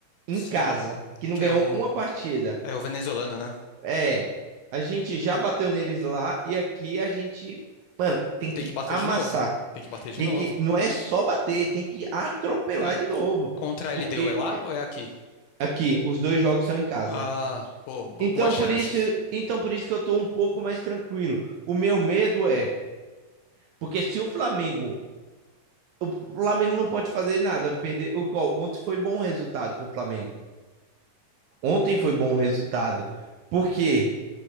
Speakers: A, on the right (about 80°); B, on the left (about 80°).
A: em
B: Sim.
A: casa, que não
B: Que
A: ganhou
B: é o,
A: uma partida.
B: é o venezuelano, né?
A: É, a gente já bateu neles lá e aqui a gente, mano, tem que
B: Tem que bater
A: amassar.
B: de novo. Tem que bater de
A: Tem
B: novo.
A: que, não é só bater, tem que atropelar
B: É.
A: de novo.
B: Contra a
A: Porque
B: LDU é lá ou é aqui?
A: aqui, os dois jogos são em casa.
B: Ah, pô, bo-
A: Então
B: boas chances.
A: por isso, então por isso que eu tô um pouco mais tranquilo. O meu medo é, porque se o Flamengo, o Flamengo não pode fazer nada, perder, igual ontem foi bom resultado pro Flamengo. Ontem foi bom resultado. Porque